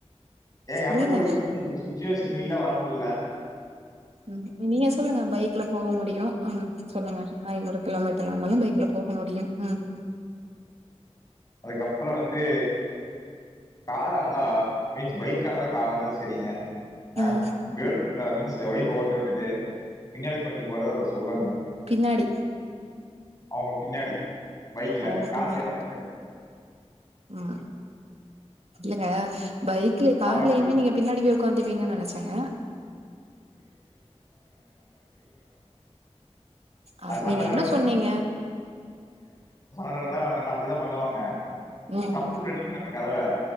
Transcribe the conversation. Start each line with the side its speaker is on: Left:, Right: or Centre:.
Left: டேய்
Right: சொல்லுங்க.
Left: அம்பத்தொரு சிச்சுவேஷன் இல்ல வரமுடில
Right: ம் நீங்க சொல்லுங்க பைக்ல போக முடியும் முடியும் ம் சொல்லுங்க ஐநூறு கிலோமீட்டர் ஆனாலும் பைக்ல போக முடியும் ம்
Left: அதுக்கப்பறம் வந்து கார ர்ருந்தா மீன்ஸ் பைக் ஆனாலு கார ருந்தாலும் செரிங்க ஆ
Right: ம்
Left: ங்களா மீன்ஸ் ஒய்ஃப ஓட்ட உட்டுட்டு பின்னாடி உக்காண்ட்டு போறது ஒரு சொகங்க
Right: பின்னாடி
Left: அவங்க பின்னாடி பைக்ல
Right: அவங்க
Left: கார்லேதான்
Right: பின்னாடி.
Left: <unintelligible>
Right: ம் இல்லங்க பைக்ல கார்லயுமே
Left: அவங்க
Right: நீங்க பின்னாடி போய். உக்காந்திப்பீங்கனு நனைச்சங்க.
Left: <unintelligible> <unintelligible>
Right: அது
Left: சண்ட
Right: நீங்க என்ன சொன்னீங்க?
Left: நடந்தா அவங்க என்ன அப்டிதான் பண்ணுவாங்க.
Right: ம்
Left: ச்சப்புனு அடிப்பாங்க. கதவ.